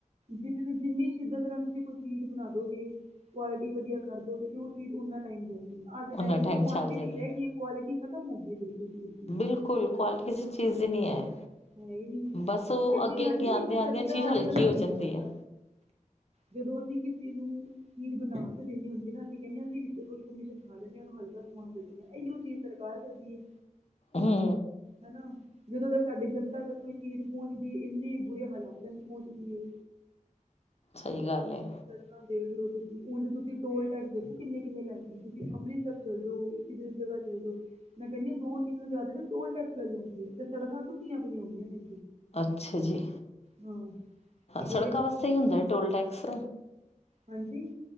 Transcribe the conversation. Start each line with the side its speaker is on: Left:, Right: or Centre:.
Right: ਜਿ ਜਿੰਨੀ ਸ਼ਿੱਦਤ ਨਾਲ ਤੁਸੀਂ ਕੋਈ ਚੀਜ਼ ਬਣਾ ਦੋਗੇ। ਕੁਆਲਿਟੀ ਵਧੀਆ ਕਰ ਦੋਗੇ ਤੇ, ਉਹ ਚੀਜ਼ ਉਹਨਾ ਟਾਈਮ ਰਹੇਗੀ ਅੱਜ
Left: ਉਹਨਾਂ
Right: ਟਾਈਮ ਵਿੱਚ ਕੁਆਂਟਿਟੀ
Left: ਚੱਲ ਜਾਏਗੀ
Right: ਰਹਿ ਗਈ। ਕੁਆਲਿਟੀ ਖਤਮ ਹੋ ਗਈ ਐ, ਬਿਲਕੁਲ ਚੀਜ ਦੀ।
Left: ਬਿਲਕੁਲ ਕੁਆਲਿਟੀ ਕਿਸੇ ਚੀਜ਼
Right: ਹਾਂ
Left: ਦੀ ਨੀ ਐ।
Right: ਹੈ ਹੀ ਨਹੀਂ
Left: ਬਸ ਉਹ
Right: ਐਸੀ
Left: ਅੱਗੇ
Right: ਗੱਲ
Left: ਅੱਗੇ
Right: ਨਹੀਂ
Left: ਆਂਦਿਆਂ
Right: ਹੈ ਕਿ
Left: ਆਂਦੀਆਂ
Right: ਸਰੀਆ
Left: ਚੀਜ਼ ਹਲਕੀ
Right: ਅੱਜ ਕੱਲ੍ਹ ਵਧੀਆ
Left: ਹੋ ਜਾਂਦੀ
Right: ਨਹੀਂ ਆਉਂਦਾ
Left: ਹੈ।
Right: ਜਦੋਂ ਅਸੀਂ ਕਿਸੇ ਨੂੰ। ਚੀਜ ਬਣਾ ਕੇ ਦੇਣੀ ਹੁੰਦੀ ਨਾ ਅਸੀਂ ਕਹਿੰਦੇ ਆ ਅਸੀਂ ਵਿੱਚ ਥੋੜੀ ਕਮਿਸ਼ਨ ਖਾ ਲੈਣੇ ਆ ਇਹਨੂੰ ਹਲਕਾ ਸਮਾਨ ਦਿੰਦੇ ਇਹੀਓ ਚੀਜ਼। ਸਰਕਾਰ ਕਰਦੀ ਐ।
Left: ਹੂੰ।
Right: ਹੈਨਾ, ਜਦੋਂ ਤੱਕ ਸਾਡੀ ਜਨਤਾ ਤੱਕ ਕੋਈ। ਚੀਚ ਪਹੁੰਚਦੀ, ਇੰਨੇ ਬੁਰੇ ਹਾਲਾਤਾਂ ਚ ਪਹੁੰਚਦੀ ਐ।
Left: ਸਹੀ ਗੱਲ ਐ।
Right: ਫਿਰ ਤਾਂ, ਦੇਖਲੋ ਤੁਸੀਂ ਉਂਜ ਤੁਸੀਂ ਟੋਲ ਟੈਕਸ ਦੇਖੋ ਕਿੰਨੇ ਕਿੰਨੇ ਲੈਂਦੀ ਤੁਸੀਂ ਅੰਮ੍ਰਿਤਸਰ ਚੱਲ ਜਾਓ ਕਿ ਜਗ੍ਹਾ ਚੱਲ ਜਾਓ। ਮੈਂ ਕਹਿੰਦੀ ਆ ਦੋ ਤਿੰਨ ਹਜ਼ਾਰ ਦੇ ਤੇ ਟੋਲ ਟੈਕਸ ਲੈ ਲੈਂਦੀ ਹੈ, ਤੇ ਸੜਕਾਂ ਟੁੱਟਿਆ ਪਈਆਂ ਹੁੰਦੀਆਂ ਨੇ।
Left: ਅੱਛਾ ਜੀ,
Right: ਹਾਂ ਬੁਰੇ
Left: ਸੜਕਾਂ
Right: ਹਾਲ
Left: ਵਾਸਤੇ
Right: ਨੇ
Left: ਹੀ ਹੁੰਦਾ ਟੋਲ ਟੈਕਸ।
Right: ਹਾਂਜੀ।